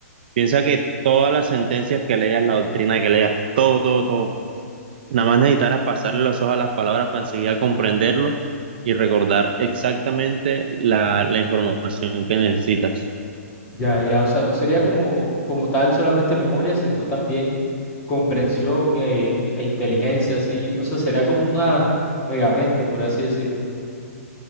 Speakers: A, on the right; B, on the left.
A: piensa que todas las sentencias que leas, la doctrina que leas, todo, todo, todo, nada más necesitaras pasarle los ojos a las palabras para enseguida comprenderlo y recordar exactamente la, la información que necesitas.
B: Ya, ya, o sea, no sería como, como tal solamente memoria, sino también comprensión e, e inteligencia, así. O sea, será como una megamente, por así decirlo.